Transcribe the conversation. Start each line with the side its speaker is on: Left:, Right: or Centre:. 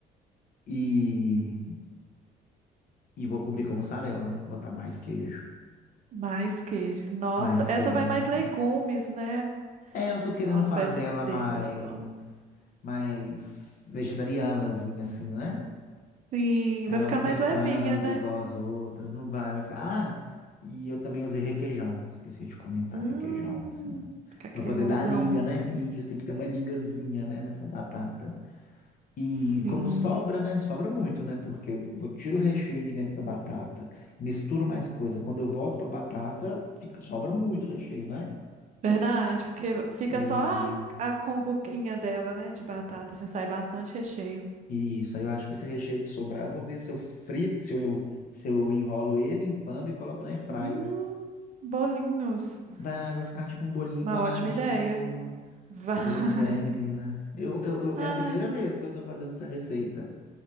Left: e, e vou cobrir com mussarela, né? Botar mais queijo.
Right: Mais queijo. Nossa,
Left: Mais
Right: essa
Left: queijo.
Right: vai mais legumes, né?
Left: É, eu tô querendo
Right: Nossa,
Left: fazer
Right: vai ser
Left: ela
Right: bem
Left: mais,
Right: gostoso.
Left: mais vegetarianazinha, assim, né?
Right: Sim,
Left: Ela
Right: vai ficar
Left: não tem
Right: mais
Left: frango
Right: levinha, né?
Left: igual as outras, não vai, vai ficar. Ah, e eu também usei requeijão, esqueci de comentar
Right: Hum.
Left: requeijão, assim,
Right: Fica cremosão.
Left: pra poder dar a liga, né? E isso tem que ter uma ligazinha, né, nessa batata. E
Right: Sim,
Left: como sobra, né? Sobra muito, né? Porque eu eu tiro o recheio de dentro da batata, misturo mais coisa. Quando eu volto pra batata, fica, sobra muito recheio, né?
Right: verdade, porque fica
Left: E.
Right: só a, a combuquinha dela, né, de batata, assim, sai bastante recheio.
Left: Isso, aí eu acho que esse recheio que sobrar, eu vou ver se eu frito, se eu, se eu enrolo ele em pano e coloco na airfry.
Right: Hum, bolinhos,
Left: Vai, vai ficar tipo um bolinho empanadinho.
Right: uma ótima ideia. Vai.
Left: Pois é, menina. Eu, eu, eu-
Right: <laughs>
Left: é
Right: Ai,
Left: a primeira vez que eu tô fazendo essa receita.